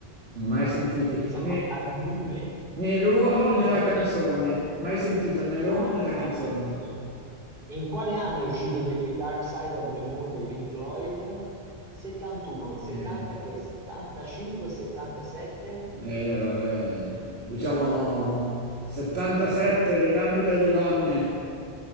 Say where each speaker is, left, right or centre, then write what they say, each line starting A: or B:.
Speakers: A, on the right (about 75°); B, on the right (about 55°).
A: Mai sentiti
B: Quindi siamo
A: né,
B: a due.
A: né loro né
B: Errori.
A: la canzone. Mai sentito né
B: No,
A: loro né
B: no,
A: la canzone.
B: neanche io. In quale anno è uscito The P- Dark Side of the Moon dei Pink Floyd? 71, 73,
A: Eh,
B: 75, 77?
A: eh, vabbè. Diciamo 77, le gambe delle donne.